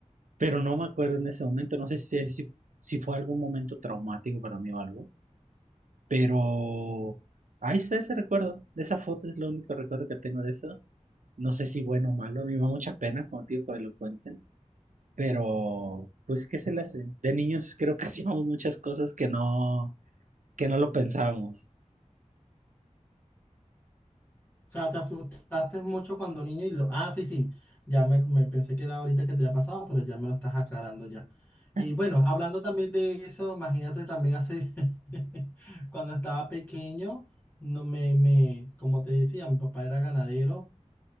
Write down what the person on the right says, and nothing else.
Pero no me acuerdo en ese momento, no sé si, si, si fue algún momento traumático para mí o algo, pero ahí está ese recuerdo, de esa foto es lo único recuerdo que tengo de eso. No sé si bueno o malo, a mí me da mucha pena contigo que me lo cuenten, pero pues qué se le hace. De niños creo que <laughs> hacíamos muchas cosas que no, que no lo pensábamos.
<laughs>